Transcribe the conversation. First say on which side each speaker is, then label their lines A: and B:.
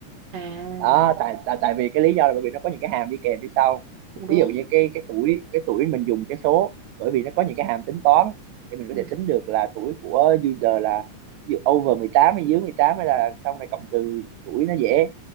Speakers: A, on the right; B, on the right.
A: à
B: đó tại tại tại vì cái lý do là bởi vì nó có những cái hàm đi kèm phía sau
A: cũng đúng
B: ví dụ như cái cái tuổi cái tuổi mình dùng cái số bởi vì nó có những cái hàm tính toán để mình có
A: ừ
B: thể tính được là tuổi của user là ví dụ over 18 hay dưới 18 hay là xong này cộng trừ tuổi nó dễ